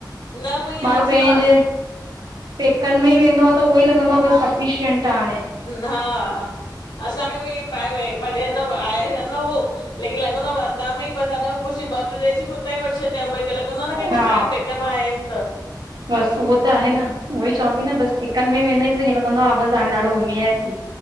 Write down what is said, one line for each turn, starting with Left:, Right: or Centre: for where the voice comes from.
Left: न पोइ, ईअं
Right: माण्हू
Left: न थींदो
Right: पंहिंजे
Left: आहे।
Right: पेकनि में ई वेंदो आहे त उहो ई लॻंदो आहे बसि सफिशिंट आहे, हाणे।
Left: हा, असांखे बि पाए भले ह न आहे न हो। <unintelligible> लेकिन लॻंदो आहे वरदा में ई पसंद आ, ब कुश, ॿ- ट्रे ड्रेसियूं बि उतां ई वठी छॾंदायूं, भई कि लॻंदो न कहिंखे
Right: हा
Left: पाइ <unintelligible> करवाया आइयूं त <unintelligible>
Right: बसि उहो त आहे न, उहो ई चवांती न बस पेकनि में ई वेंदा आहियूं पो ईंहे लॻंदो आहे, बस हाणे ॾाढो घुमी आयासीं,